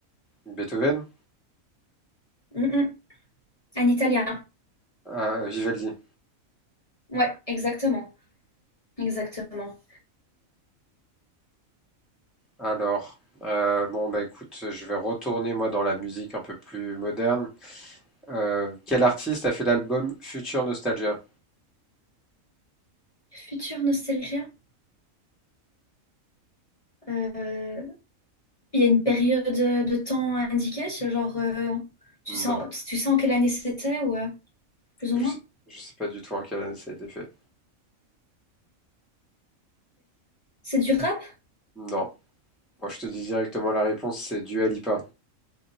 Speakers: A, in the centre; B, on the left.
A: Beethoven?
B: Mm, mm. Un Italien.
A: Ah, Vivaldi.
B: Ouais, exactement. Exactement.
A: Alors, euh, bon bah écoute, je vais retourner moi dans la musique un peu plus moderne. Euh, quel artiste a fait l'album Future Nostalgia?
B: Future nostalgia. euh, Il y a une période de temps indiquée, c'est genre euh, tu sens
A: Non,
B: tu sens quelle année c'était ou euh, plus ou
A: je
B: moins?
A: sais, je sais pas du tout en quelle année ça a été fait.
B: C'est du rap?
A: Non, moi je te dis directement la réponse, c'est Dua Lipa.